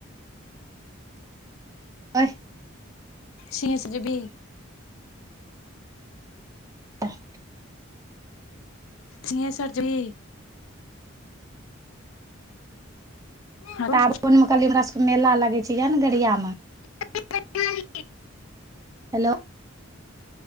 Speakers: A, on the right; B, on the left.
A: अहि
B: सिस जेबी?
A: <inaudible>
B: सिंघेश्वरजी? आरो
A: <unintelligible> में कहली हमरा सबके मेला लगे छैय ये ने गढ़ियामे।
B: <unintelligible>
A: हेलो